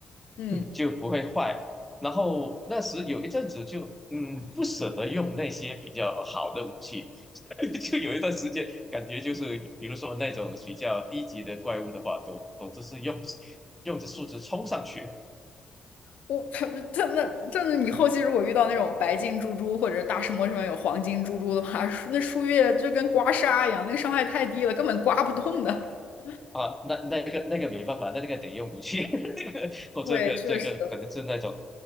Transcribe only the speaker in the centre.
就不会坏。然后那时有一阵子就嗯不舍得用那些比较好的武器，<laughs> 就有一段时间感觉就是比如说那种比较低级的怪物的话，都都只是用用着数值冲上去
啊，那那个那个没办法，那个得用武器，<laughs> 那个或这个这个可能是那种